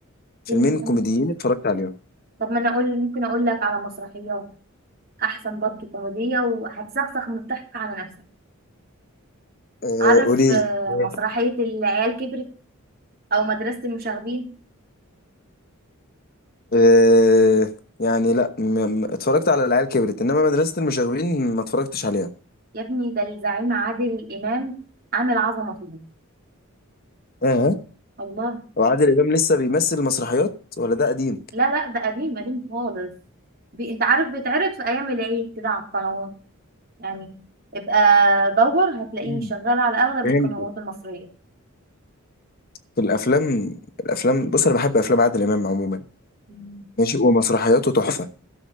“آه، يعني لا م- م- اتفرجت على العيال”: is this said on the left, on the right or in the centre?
Left